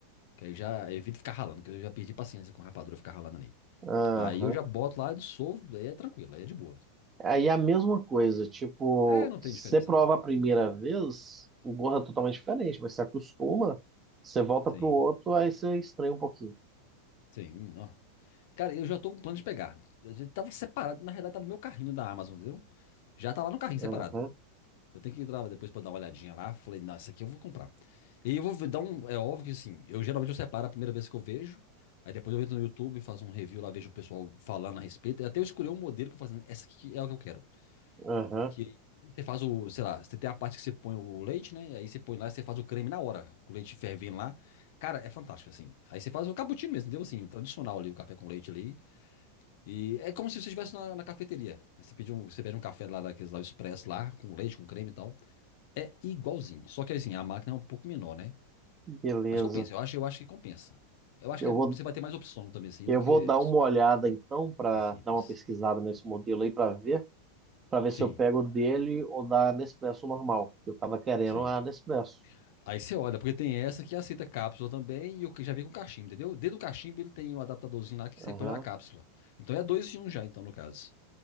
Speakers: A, on the left (about 55°); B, on the right (about 25°).
A: Que aí já evito ficar ralando, que eu já perdi paciência com rapadura ficar ralando ali.
B: Aham.
A: Aí eu já boto lá, dissolvo, aí é tranquilo, aí é de boa.
B: Aí é a mesma coisa, tipo,
A: É, não
B: você
A: tem diferença
B: prova
A: não.
B: a primeira vez, o gosto é totalmente diferente, mas você acostuma, você volta
A: Sim,
B: pro outro, aí você estranha um pouquinho.
A: sim, ó. Cara, eu já tô com plano de pegar. A gente tava separado, na realidade tá no meu carrinho da Amazon, entendeu? Já tá lá no carrinho separado.
B: Aham,
A: Eu tenho que ir lá depois pra dar uma olhadinha lá. Falei, não, essa aqui eu vou comprar. E aí eu vou dar um. É óbvio que assim, eu geralmente eu separo a primeira vez que eu vejo. Aí depois eu entro no YouTube, faço um review lá, vejo o pessoal falando a respeito. Até eu escolher um modelo que eu falo, assim, essa aqui é o que eu quero.
B: aham,
A: Que você faz o, sei lá, você tem a parte que você põe o leite, né? Aí você põe lá e você faz o creme na hora, com o leite fervendo lá. Cara, é fantástico, assim. Aí você faz o cappuccino mesmo, entendeu? Assim, tradicional ali, o café com leite ali. E é como se você estivesse na, na cafeteria. Aí você pede um, você pede um café lá, daqueles lá, o expresso lá, com leite, com creme e tal. É igualzinho. Só que assim, a máquina é um pouco menor, né?
B: beleza.
A: Mas compensa. Eu acho, eu acho que compensa. Eu acho
B: Eu
A: que é-
B: vou,
A: você vai ter mais opção também, assim,
B: eu
A: do que
B: vou dar uma olhada então para
A: o simples.
B: dar uma pesquisada nesse modelo aí para ver, para ver
A: Sim,
B: se eu pego dele ou da Nespresso normal, que eu tava querendo
A: sim.
B: a Nespresso.
A: Aí você olha, porque tem essa que aceita cápsula também e o que já vem com cachimbo, entendeu? Dentro do cachimbo ele tem um adaptadorzinho lá que você
B: Aham,
A: põe uma cápsula. Então é dois em um já, então, no caso.